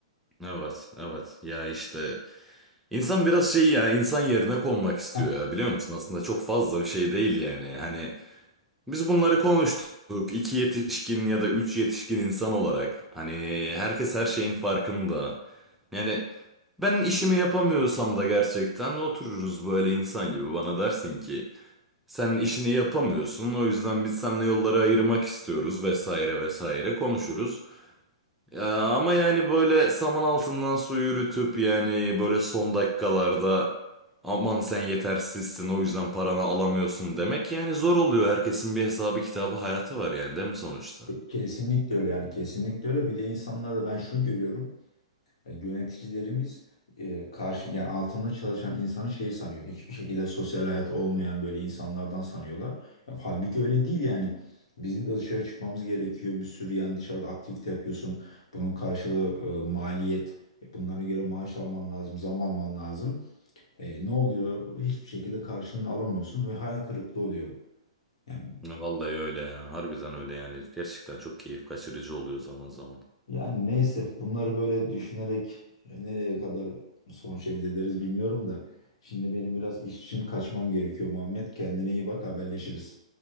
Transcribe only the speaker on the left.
Heh,
Kesinlikle öyle yani kesinlikle öyle. Bir de insanlarda ben şunu görüyorum. Yani yöneticilerimiz e, karşı yani altında çalışan insanı şey sanıyor. Hiçbir şekilde sosyal hayat olmayan böyle insanlardan sanıyorlar. Ya, halbuki öyle değil yani. Bizim de dışarı çıkmamız gerekiyor. Bir sürü yani dışarıda aktivite yapıyorsun. Bunun karşılığı e, maliyet. E, bunlara göre maaş alman lazım, zam alman lazım. E, ne oluyor? Hiçbir şekilde karşılığını alamıyorsun ve hayal kırıklığı oluyor. Yani
Yani neyse bunları böyle düşünerek e, nereye kadar sonuç elde ederiz bilmiyorum da. Şimdi benim biraz iş için kaçmam gerekiyor Muhammed. Kendine iyi bak haberleşiriz.